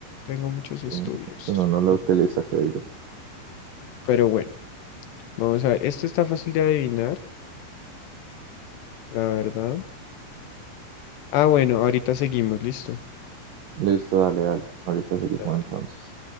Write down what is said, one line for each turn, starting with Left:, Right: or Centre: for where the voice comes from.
Left: tengo muchos
Right: Sí,
Left: estudios.
Right: si uno no lo
Left: Ujú.
Right: utiliza, ¿qué digo?
Left: Pero bueno, vamos a ver, este está fácil de adivinar, la verdad. Ah, bueno, ahorita seguimos, listo.
Right: Listo, dale, dale. Ahorita seguimos
Left: Dale.
Right: entonces.